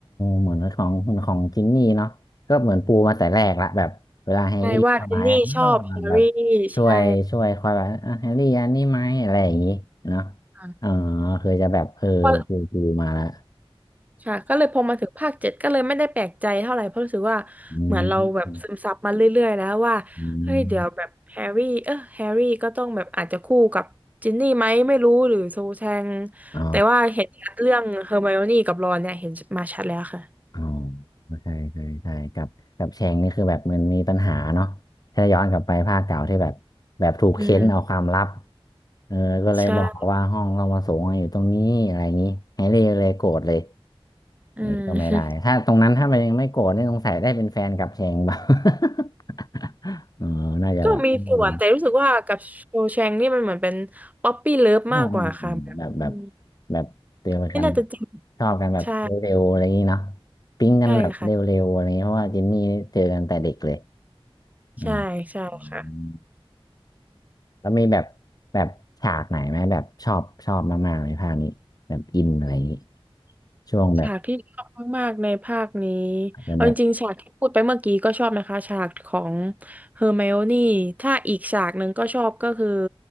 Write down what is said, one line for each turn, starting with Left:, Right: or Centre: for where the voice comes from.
Left: เหมือนของของจินนี่เนาะก็เหมือนปูมาแต่แรกละแบบเวลาแฮร์รี่เข้ามาอ่ะอ้าวมันแบบ
Right: ใช่ว่าเจนนี่ชอบแฮร์รี่
Left: ช่วยช่วยคอยแบบอ่ะแฮร์รี่อันนี้ไหมอะไรอย่างงี้เนาะ
Right: ใช่ค่ะ
Left: อ๋อเคยจะแบบเออปูปูมาละ
Right: เพราะ ค่ะก็เลยพอมาถึงภาคเจ็ดก็เลยไม่ได้แปลกใจเท่าไหร่เพราะรู้สึกว่าเหมือนเราแบบซึมซับมาเรื่อยๆแล้วว่าเฮ้ยเดี๋ยวแบบแฮร์รี่เออแฮร์รี่ก็ต้องแบบอาจจะคู่กับจินนี่ไหมไม่รู้หรือโซแชง
Left: อืมอืมอ๋อ
Right: แต่ว่าเห็นชัดเรื่องเฮอร์ไมโอนี่กับรอนเนี่ยเห็นมาชัดแล้วค่ะ
Left: อ๋อใช่ใช่ใช่กับกับแชงนี่คือแบบมันมีปัญหาเนาะถ้าย้อนกลับไปภาคเก่าที่แบบแบบถูกเค้นเอาความลับ
Right: อืม
Left: เออก็เลยบอกว่าห้องเรามาสูงอยู่ตรงนี้อะไรอย่างนี้แฮร์รี่เลยโกรธเลย
Right: ใช่อืม
Left: นี่ก็ไม่ได้
Right: <laughs>
Left: ถ้าตรงนั้นถ้ามันยังไม่โกรธนี่สงสัยได้เป็นแฟนกับแชงเปล่า <laughs> เออน่าจะแบบอืม
Right: ก็มีส่วนแต่รู้สึกว่ากับโซแชงนี่มันเหมือนเป็นป๊อปปี้เลิฟมากกว่าค่ะแบบอืม
Left: อ๋อมแบบแบบแบบเดีกันแบบ
Right: ไม่น่าจะจริง
Left: ชอบกันแบบเร็วๆอะไรอย่างนี้เนาะ
Right: ใช่
Left: ปิ๊งกันแบบเร็วๆอะไรอย่างนี้เพราะว่าเจนนี่เจอกันแต่เด็กเลย
Right: ใช่ค่ะ
Left: อืม
Right: ใช่ใช่ค่ะ
Left: อืมแล้วมีแบบแบบฉากไหนไหมแบบชอบชอบมากๆในภาคนี้แบบอินอะไรอย่างนี้ช่วงแบบ
Right: ฉากที่ชอบมากๆในภาคนี้
Left: อาจจะแบบ
Right: เอาจริงๆฉากที่พูดไปเมื่อกี้ก็ชอบนะคะฉากของเฮอร์ไมโอนี่ถ้าอีกฉากหนึ่งก็ชอบก็คือ